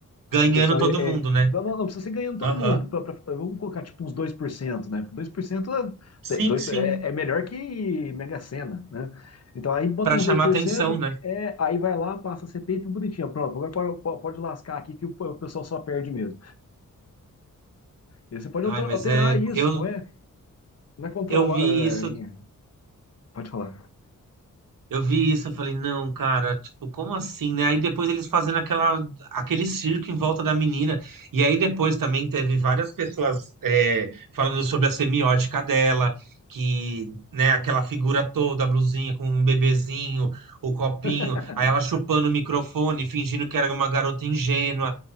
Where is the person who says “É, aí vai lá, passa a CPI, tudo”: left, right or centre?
Left